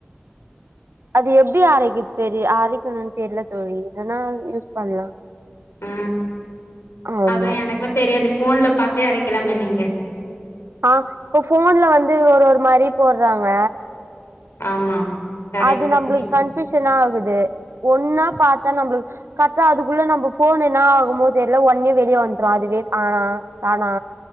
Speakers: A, on the right; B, on the left.
A: அது எப்டி அரைக்குத் தெரி அரைக்கணு தெர்ல தோழி இல்லன்னா யூஸ் பண்லா
B: ஆ
A: ஆமா
B: அதா எனக்கு தெரியாது ஃபோன்ல பாத்தே அரைக்கலாமே நீங்க
A: ஆ இப்ப ஃபோன்ல வந்து ஒரு ஒரு மாரி போட்றாங்க
B: ஆமா கரெக்டா
A: அது நம்புளுக்கு
B: சொன்னீங்க
A: கன்பியூஷனா ஆகுது ஒன்னா பாத்தா நம்புளுக்கு கர்ட்டா அதுக்குள்ள நம்ப ஃபோன் என்ன ஆகுமோ தெர்ல ஒன்னே வெளியே வந்துரு அதுவே ஆனா தானா